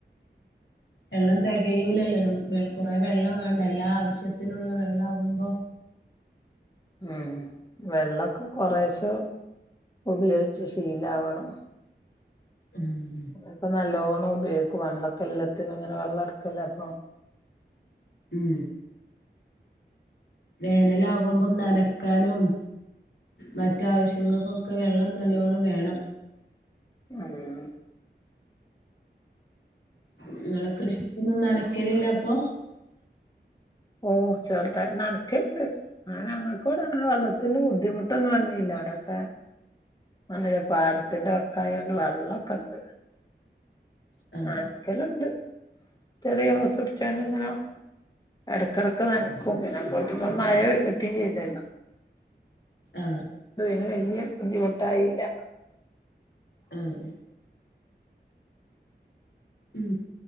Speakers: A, on the left; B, on the left.
A: വെള്ളം തികയൂലല്ലേ നമുക്ക് കുറെ വെള്ളം വേണ്ടെ എല്ലാ ആവശ്യത്തിനുള്ള വെള്ളം ആകുമ്പോ
B: ഉം വെള്ളോക്കെ കൊറെശെ ഉപയോഗിച്ച് ശീലാവണം
A: ഉം
B: ഇപ്പ നല്ലോ ഉപയോഗിക്കും വെള്ളൊക്കെ എല്ലാത്തിനും ഇങ്ങനെ വെള്ളം എടക്കല്ലേ അപ്പൊ
A: ഉം വേനലാകുമ്പം നനക്കാനും മറ്റാവശ്യങ്ങൾക്കൊക്കെ വെള്ളം നല്ലോണം വേണം
B: ആഹ്
A: നിങ്ങളെ കൃഷി ഒന്നും നനക്കലില്ല അപ്പൊ
B: ഓ ചെറുതായി നനയ്ക്കിണ്ട് അങ്ങനെ ഞങ്ങക്കിടെ അങ്ങനെ വെള്ളത്തിന്റെ ബുദ്ധിമുട്ടൊന്നും വന്നില്ല അവിടൊക്കെ പാടത്തിന്റെവടക്കായോണ്ട് വെള്ളമൊക്കെണ്ട്
A: ആഹ്
B: നനക്കലുണ്ട് ചെറിയ ഓസ് പിടിച്ചോണ്ട് ഇങ്ങനെ ഇടക്കിടക്ക് നനക്കും പിന്നെ അപ്പോഴേത്തേക്കും മഴ കിട്ടേ ചെയ്തല്ലോ
A: ആഹ്
B: ഇവിടെ വലിയ ബുദ്ധിമുട്ടായില്ല
A: ആഹ് ഉം